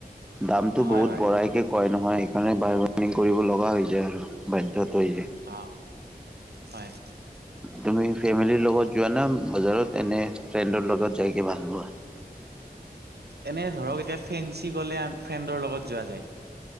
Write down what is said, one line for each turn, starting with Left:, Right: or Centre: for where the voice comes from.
Centre: দামটো
Right: হয়
Centre: বহুত
Right: হয়
Centre: বঢ়াইকে কয় নহয় সেইকাৰণে বাৰ্গেনিং কৰিব লগা
Right: উম,
Centre: হৈ যায় আৰু বাধ্যত। এ
Right: অ হয়
Centre: তুমি ফেমিলিৰ লগত যোৱা না। বজাৰত এনে ফ্ৰেণ্ডৰ লগত যাইকে ভাল পোৱা।
Right: এনে ধৰক এতিয়া ফেঞ্চি গ'লে ফ্ৰেণ্ডৰ লগত যোৱা যায়।